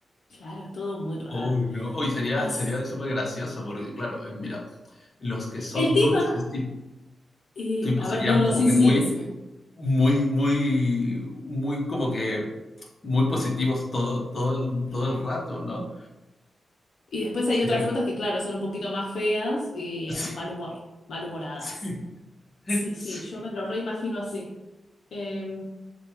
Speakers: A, on the left (about 75°); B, on the left (about 40°).
A: claro, es todo muy raro.
B: Uy, no. Uy, sería,
A: As-
B: sería súper gracioso, porque claro, eh, mira, los que son
A: El tema,
B: dulces, tip-
A: eh,
B: tipo,
A: a
B: serían
A: ver, no, no,
B: como
A: sí,
B: que
A: sí,
B: muy,
A: sí, decime.
B: muy, muy, muy, como que muy positivos todo, todo, el,
A: Claro.
B: todo el rato, ¿no?
A: Y después hay
B: Serían,
A: otras frutas que, claro, son un poquito más feas y
B: <laughs>
A: mal humor, malhumoradas.
B: sí,
A: Sí, sí,
B: sí.
A: yo me lo reimagino así. Eh,